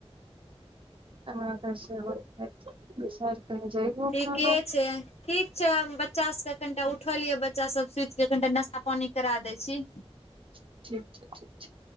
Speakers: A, on the right; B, on the left.
A: <unintelligible> विसर कहीं जइबो
B: ठीके
A: कहलौं
B: छै ठीक छै बच्चा सब कनिटा उठल ये बच्चा सब सुति के कनिटा नश्ता पानी करा दय छी
A: ठीक छै ठीक छै